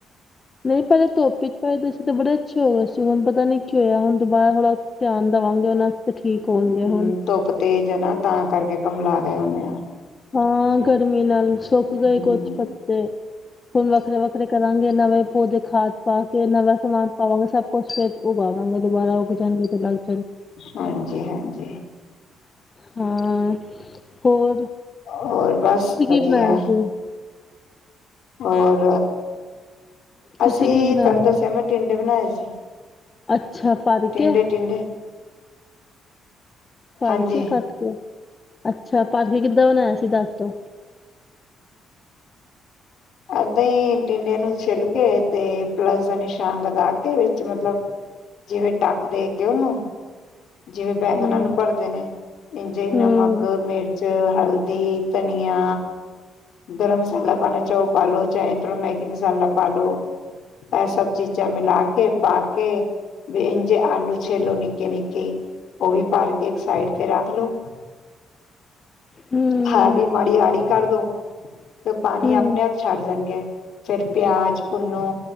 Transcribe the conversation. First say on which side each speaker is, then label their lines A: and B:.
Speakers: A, on the left; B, on the left.
A: ਨਹੀਂ ਪਹਿਲਾਂ ਧੋਪੀ ਚ ਭਜਦੇ ਸੀ ਤੇ ਬੜੇ ਅੱਛੇ ਹੋ ਗਏ ਸੀ ਹੁਣ ਪਤਾ ਨੀ ਕੀ ਹੋਇਆ ਹੁਣੁਬਾਰਾ ਹ ਧਿਆਨ ਦੇਵਾਂਗੇ ਉਹਨਾਂ ਠੀਕ ਹੋਣਗੇ
B: ਹੂੰ
A: ਹੁਣ
B: ਧੁੱਪ ਤੇਜ ਹੈ ਨਾ ਤਾਂ ਕਰਕੇ ਗਮਲਾ ਹੋਣੇ ਆ।
A: ਹਾਂ ਗਰਮੀ ਨਾਲ ਸੁੱਕ ਗਏ
B: ਹੂੰ।
A: ਕੁਛ ਪੱਤੇ ਹੁਣ ਵੱਖਰੇ ਵੱਖਰੇ ਕਰਾਗੇ ਨਵੇਂ ਪੌਦੇ ਖਾਦ ਪਾ ਕੇ ਨਵੇਾ ਸਮਾਨ ਪਾਵਾਂਗੇ ਸਭ ਕੁਛ ਫੇਰ ਉਗਾਵਾਂਗੇ ਦੁਬਾਰਾ ਉ ਕੇ ਜਾਣਗੇ ਚੱਲਾਂਗੇ।
B: ਹਾਂਜੀ ਹਾਂਜੀ।
A: ਹਾਂ ਹੋਰ
B: ਹੋਰ ਬਸ
A: ਤੁਸੀਂ
B: ਵਧੀਆ।
A: ਕੀ ਬਣਾਇਆ ਸੀ
B: ਹੋਰ
A: ਤੁਸੀਂ
B: ਅਸੀਂ
A: ਕੀ ਬਣਾਇਆ
B: ਤੰ ਦੋ ਸਿਆਮ ਟਿੰਡੇ ਬਣਾਏ ਸੀ।
A: ਅੱਛਾ ਪਰ
B: ਟਿੰਡੇ-ਟਿੰਡੇ
A: ਕੇ ਪਰ
B: ਹਾਂਜੀ।
A: ਕੇ ਕੱਟ ਕੇ। ਅੱਛਾ ਅੱਛਾ ਪਰ ਕੇ ਕਿੱਦਾਂ ਬਣਾਇਆ ਸੀ ਦੱਸ ਦੋ।
B: ਏਦਾਂ ਹੀ ਡਿੰਡੀਆਂ ਨੂੰ ਛਿੱਲ ਕੇ ਤੇ ਪਲਸ ਦਾ ਨਿਸ਼ਾਨ ਲਗਾ ਕੇ ਵਿੱਚ ਮਤਲਬ ਜਿਵੇਂ ਟੱਕ ਦੇ ਕੇ ਉਹਨੂੰ ਜਿਵੇਂ ਬੈਂਗਨਾਂ
A: ਹੂੰ
B: ਨੂੰ ਭਰਦੇ ਨੇ ਇੰਜ
A: ਹੂੰ
B: ਨਮਕ ਮਿਰਚ ਹਲਦੀ ਧਨੀਆ ਗਰਮ ਮਸਾਲਾ ਪਾਣਾ ਚਾਓ। ਪਾ ਲ ਲੋ ਚਾਹੇ ਫਲ ਮੈਗੀ ਮਸਾਲਾ ਪਾ ਲੋ। ਇਹ ਸਭ ਚੀਜ਼ਾਂ ਮਿਲਾ ਕੇ ਪਾ। ਕੇ ਜੇ ਆਲੂ ਛਲ ਨਕੇ ਕੇ ਉਹ ਵੀ ਭਰ ਕੇ ਇੱਕ ਸਾਈਡ ਤੇ ਰੱਖ ਲੋ।
A: ਹੂੰ
B: ਥਾਲੀ ਮਾੜੀ ਆੜੀ ਕਰ ਦੋ, ਤੇ ਪਾਣੀ
A: ਹੂੰ
B: ਆਪਣੇ ਆਪ ਛੱਡ ਜਾਣਗੇ। ਫਿਰ ਪਿਆਜ ਪੁਨੋ।